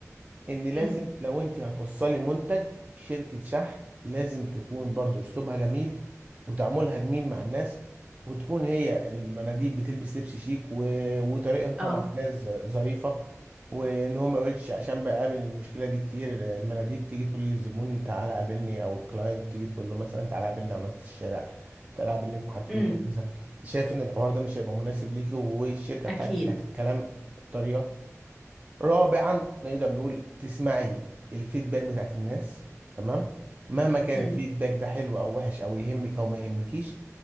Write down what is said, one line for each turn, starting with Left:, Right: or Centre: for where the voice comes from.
Right: ان لازم
Centre: امم
Right: لو انت هتوصلي منتج شركة شحن لازم تكون برضو اسلوبها جميل وتعاملها جميل مع الناس وتكون هي المناديب بتلبس لبس شيك و... وطريقتها
Centre: اه
Right: مع الناس ظريفة وان هو ما يقولش عشان بقابل المشكلة دي كتير المناديب تيجي تقول للزبون تعالى قابلني او الكلاينت تيجي تقول له مثلا تعالى قابلني على نص الشارع تعالى قابلني في محطة
Centre: امم
Right: مترو كذا شايف ان الحوار ده مش هيبقى مناسب ليكي والشركة
Centre: اكيد
Right: بتاعتك هتتكلم الطريقة رابعا نقدر نقول تسمعي الفيدباك بتاعت الناس تمام مهما كان
Centre: امم
Right: الفيدباك ده حلو او وحش او يهمك او ما يهمكيش